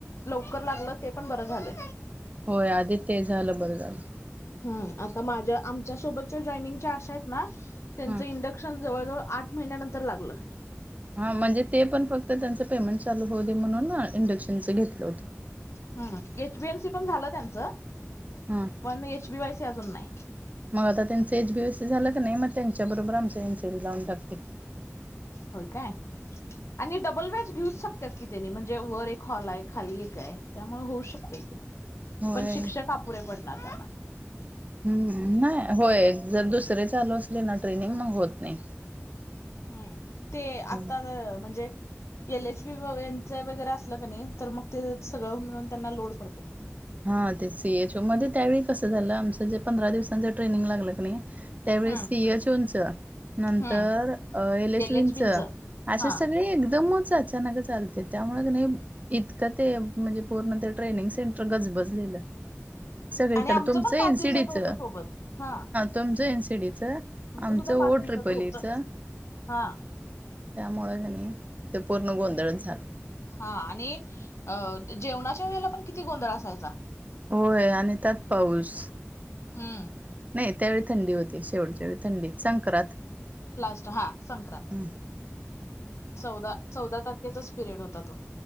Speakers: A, on the left; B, on the right.
A: लवकर लागलं ते पण बरं झालं.
B: होय, आधी ते झालं बरं झालं.
A: हम्म, आता माझ्या आमच्या सोबतच्या जॉइनिंगच्या अशा आहेत ना, त्यांचं
B: हा.
A: इंड क्षण जवळ जवळ आठ महिन्यानंतर लागलं.
B: हा म्हणजे ते पण फक्त त्यांचं पेमेंट चालू होऊ दे म्हणून, इंडक्शनचं घेतलं होतं.
A: हम्म, एचबीएमसी पण झालं त्यांचं,
B: हा
A: पण एचबी वायसी अजून नाही.
B: मग आता त्यांचं एचबीएसी झालं कणी, मग त्यांच्या बरोबर आमच एन सीडी लावून टाकतील.
A: होय काय. आणि डबल वेज घेऊच शकत्यात की तेनी, म्हणजे वर एक हॉल आहे खाली एक आहे त्यामुळे होऊ शकते.
B: होय
A: पण शिक्षक अपुरे पडणार त्यांना.
B: हम्म. नाही होय जर दुसरे चालू असले ना, ट्रेनिंग मग होत नाही.
A: हम्म. ते आता
B: हम्म.
A: म्हणजे, एल एच वी यांच वगैरे असलं कणी, तर मग ते सगळं मिळून त्यांना लोड पडते मग ते.
B: हा ते सीएचओ मध्ये त्यावेळी कसं झालं, आमचं जे पंधरा दिवसांच ट्रेनिंग लागलं कणी. त्यावेळी
A: हम्म
B: सीएच उंच. नंतर
A: हम्म
B: एलेचविंच
A: एल एच बींच
B: असे
A: हा
B: सगळे एकदमच याच. <unintelligible> चालतंय त्यामुळं कणी, इतकं ते म्हणजे पूर्ण ते ट्रेनिंग सेंटर. गजबजलेल सगळीकड
A: आणि आमचं
B: तुमचं
A: पण
B: एनसीडीच.
A: पाच दिवसाचं होतं सोबत हा
B: तुमचं एन सीडीच, आमचं
A: सुद्धा
B: ओ
A: पाच दिवसाचं
B: ट्रिपलीच.
A: होतं हा
B: त्यामुळ कणी, ते पूर्ण गोंधळ झालं.
A: हा. आणि अ जेवणाच्या वेळेला पण किती गोंधळ असायचा.
B: होय, आणि त्यात पाऊस.
A: हा.
B: नाही त्यावेळी थंडी होती, शेवटचा वेळी थंडी संक्रांत.
A: लास्ट हां संक्रांत.
B: हं.
A: चौदा चौदा, तारखेचाच पिरियड होता तो.